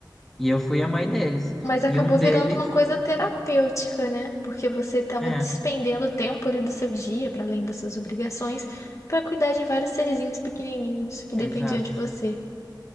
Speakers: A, in the centre; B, on the left (about 40°).
A: E eu fui a mãe deles.
B: Mas acabou
A: E um deles,
B: virando uma coisa terapêutica, né? Porque você estava
A: é,
B: despendendo tempo ali do seu dia, para além das suas obrigações, para cuidar de vários serzinhos pequenininhos que dependiam
A: exato.
B: de você.